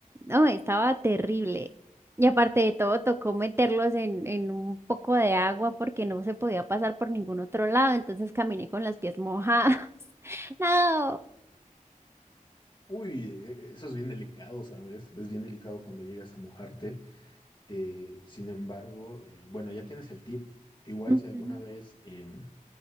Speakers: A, on the right; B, on the left.
A: No, estaba terrible. Y aparte de todo, tocó meterlos en, en un poco de agua porque no se podía pasar por ningún otro lado, entonces caminé con las pies mojadas. <laughs> No.
B: Uy, e- e- eso es bien delicado, ¿sabes? Es bien delicado cuando llegas a mojarte. Eh, sin embargo, eh, bueno, ya tienes el tip. Igual
A: Ujú.
B: si alguna vez em,